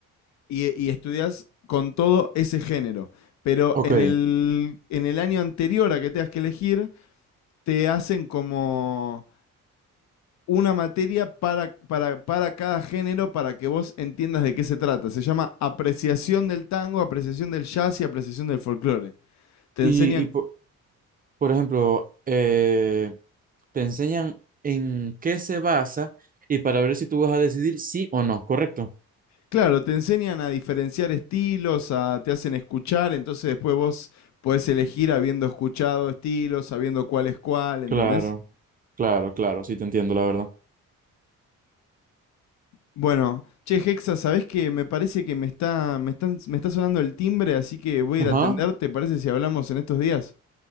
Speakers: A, on the left (about 40°); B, on the right (about 20°).
A: y, y estudias con todo ese género. Pero
B: ok.
A: en el, en el año anterior a que tengas que elegir, te hacen como una materia para, para, para cada género para que vos entiendas de qué se trata. Se llama apreciación del tango, apreciación del jazz y apreciación del folclore. Te
B: Y,
A: enseñan,
B: y por, por ejemplo, eh, te enseñan en qué se basa y para ver si tú vas a decidir sí o no, ¿correcto?
A: claro, te enseñan a diferenciar estilos, a, te hacen escuchar, entonces después vos podés elegir habiendo escuchado estilos, sabiendo cuál es cuál, ¿entendés?
B: Claro, claro, claro, sí te entiendo, la verdad.
A: Bueno, che, Hexa, ¿sabés que Me parece que me está, me están, me está sonando el timbre, así que voy
B: Ajá.
A: a ir a atender, ¿te parece si hablamos en estos días?